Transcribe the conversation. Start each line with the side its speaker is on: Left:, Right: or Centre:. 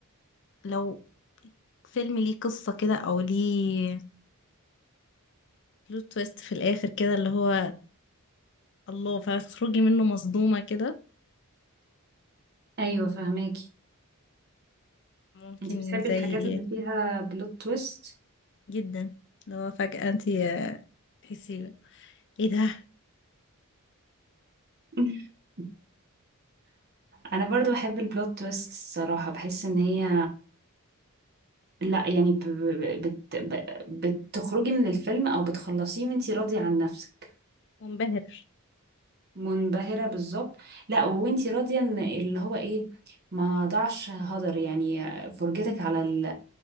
Left: لو فيلم ليه قصة كده او ليه بلوت تويست في الاخر كده اللي هو الله فتخرجي منه مصدومة كده
Right: ايوه فهماكي
Left: ممكن
Right: انت بتحبي
Left: زي
Right: الحاجات
Left: ايه
Right: اللي فيها بلوت تويست
Left: جدا اللي هو فجأة انتي آه، تحسي ايه ده
Right: <laughs> انا برضو بحب البلوت تويست الصراحه بحس ان هي لا يعني ب... بت... ب... بتخرجي من الفيلم او بتخلصيه وانتي راضية عن نفسك
Left: منبهر
Right: منبهرة بالظبط لا وانتي راضية ان اللي هو ايه ما ضاعش هدر يعني فرجتك على ال...